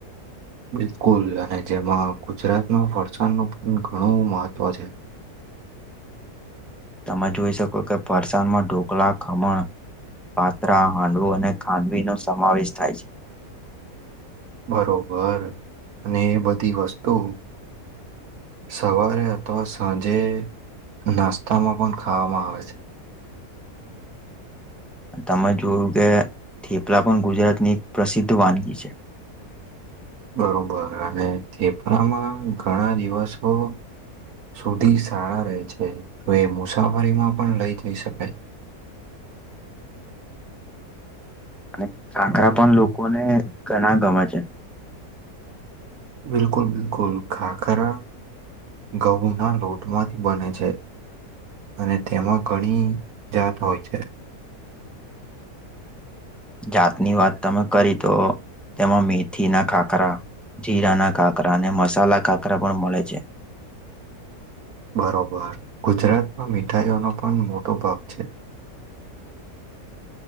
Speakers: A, on the right; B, in the centre.
A: બિલકુલ અને જેમાં ગુજરાતમાં વરસાદનું પણ ઘણું મહત્વ છે
B: તમે જોઈ શકો કે ફરસાણમાં ઢોકળા ખમણ પાત્રા હાંડવું અને ખાંડવીનો સમાવેશ થાય છે
A: બરોબર અને એ બધી વસ્તુ સવારે અથવા સાંજે નાસ્તામાં પણ ખાાવવામાં આવે છે
B: તમે જોયું કે થેપલા પણ ગુજરાતની એક પ્રસિદ્ધ વાનગી છે <inaudible>
A: બરોબર અને થેપરામાં ઘણા દિવસો સુધી સાળા રહે છે તો એ મુસાફરીમાં પણ લઈ જઈ શકાય.
B: અને ખાખરા પણ લોકોને ઘણા ગમે છે.
A: બિલકુલ બિલકુલ ખાખરા ઘઉંના લોટમાંથી બને છે. અને તેમાં ઘણી જાત હોય છે.
B: જાતની વાત તમે કરી તો તેમાં મેથીના ખાખરા જીરાના ખાખરા અને મસાલા ખાખરા પણ મળે છે.
A: બરોબર ગુજરાતમાં મીઠાઈઓનો પણ મોટો ભાગ છે.